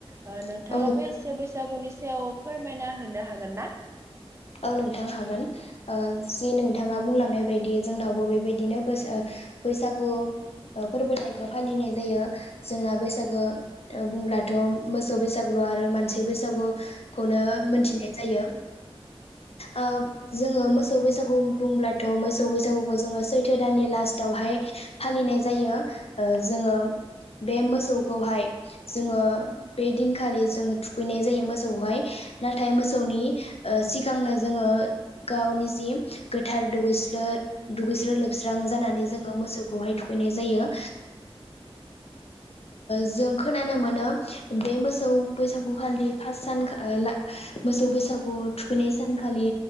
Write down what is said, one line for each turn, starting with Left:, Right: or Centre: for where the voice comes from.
Right: ओ नोंथाङा
Left: नोंथां
Right: बे एसे बैसागुनि सायाव फोरमायना होनो हागोन ना?
Left: औ नोंथां हागोन जे नोंथाङा बुंलांनाय बायदि दि जोंनावबो बेबायदिनो बैसा बैसागु फोरबोथाइखौ फालिनाय जायो जोंना बैसागो बुंब्लाथ' मोसौ बैसागु आरो मानसि बैसागुखौनो मोनथिनाय जायो। ओ जोङो मोसौ बैसागु बुंब्लाथ' मोसौ बैसागुखौ जोङो सैथो दाननि लास्टावहाय फालिनाय जायो जोंङो बे मोसौखौहाय जोंङो बे दिनखालि जोंङो थुखैनाय जायो मोसौखौहाय नाथाय मोसौनि ओ सि गांनो जोङो गावनि जि गोथार दुगैस्रो दुगैस्लो लोबस्रां जानानै जोंङो मोसौखौहाय थुखैनाय जायो।
Right: <inaudible>
Left: जों खोनानो मोनो बे मोसौ बैसागु खालि फार्स्ट सानखालि मोसौ बैसागु थुखैनाय सानखालि